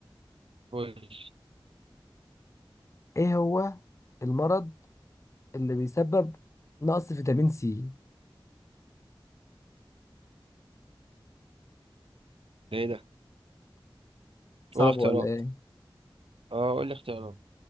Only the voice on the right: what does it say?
قول لي.
ده ايه ده
قول اختيارات
اه قول لي اختيارات